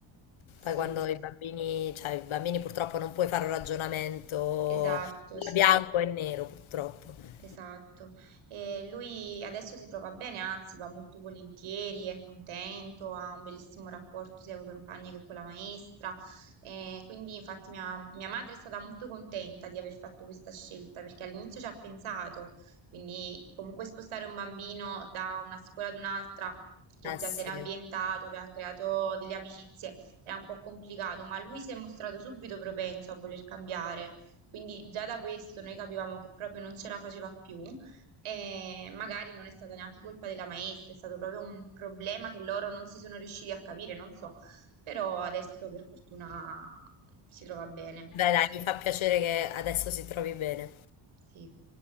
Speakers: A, on the left; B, on the right.
A: poi
B: Sì,
A: quando
B: sì.
A: i bambini, cioè i bambini purtroppo non puoi fare un ragionamento
B: esatto, sì.
A: bianco e nero, purtroppo.
B: Esatto. E lui adesso si trova bene, anzi va molto volentieri, è contento, ha un bellissimo rapporto sia con i compagni che con la maestra. E quindi infatti mia, mia madre è stata molto contenta di aver fatto questa scelta perché all'inizio ci ha pensato, quindi comunque spostare un bambino da una scuola ad un'altra che
A: Eh
B: già
A: sì.
B: si era ambientato, aveva creato delle amicizie, era un po' complicato, ma lui si è mostrato subito propenso a voler cambiare. Quindi già da questo noi capivamo che proprio non ce la faceva più e magari non è stata neanche colpa della maestra, è stato proprio un problema che loro non si sono riusciti a capire, non so, però adesso per fortuna si trova bene.
A: Beh, dai, mi fa piacere che adesso si trovi bene.
B: Sì.